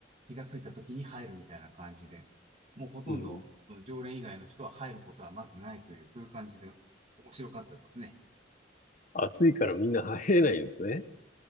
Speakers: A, on the right (about 35°); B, on the left (about 45°).
A: 気がついた時に入るみたいな感じで、もうほとんどその常連以外の人は入ることはまずないという、
B: うん。
A: そういう感じで面白かったですね。
B: 暑いからみんな入れないんですね。